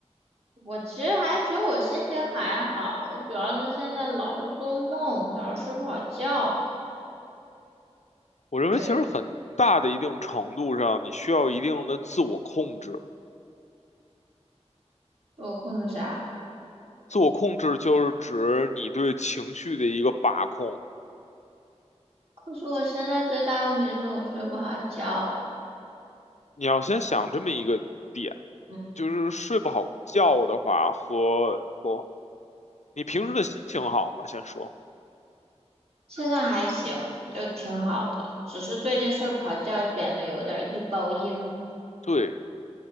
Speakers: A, on the right; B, on the left.
A: 我其实还觉得我心情还好，我主要是现在老是做梦，老是睡不好觉。
B: 我认为其实很大的一定程度上，
A: 对，
B: 你需要一定的自我控制。
A: 我困个啥？
B: 自我控制就是指你对情绪的一个把控。
A: 可是我现在最大问题是我睡不好觉啊。
B: 你要先想这么一个点，
A: 嗯。
B: 就是睡不好觉的话和不，你平时的心情好吗？先说，
A: 现在还行，就挺好的，只是最近睡不好觉，变得有点易暴易怒。
B: 对，